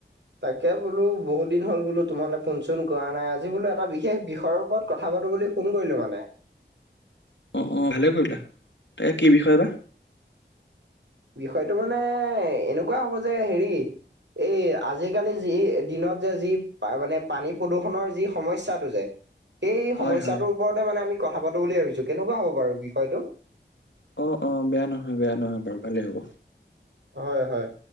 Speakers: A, on the right; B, on the left.
A: তাকে বোলো বহুত দিন হ'ল বোলো তোমালে ফোন চোন কৰা নাই। আজি বোলো এটা বিশেষ বিষয়ৰ ওপৰত কথা পাতো বুলি ফোন কৰিলো মানে।
B: অ'হ, অ'হ ভালেই কৰিলা তাকে কি বিষয় বা?
A: বিষয়টো মানে এনেকোৱা হব যে হেৰি এই আজিকালি যি দিনত যে যি মানে পানী প্ৰদূৰণৰ যি সমস্যাটো যে। সেই
B: হয়
A: সমস্যা
B: হয়
A: তোৰ ওপৰতে মানে আমি কথা পাতো বুলি ভাবিছো, কেনেকুৱা হব বাৰু বিষয়টো?
B: অ', অ' বেয়া নহয়, বেয়া নহয়, বাৰু ভালেই হ'ব।
A: হয়, হয়।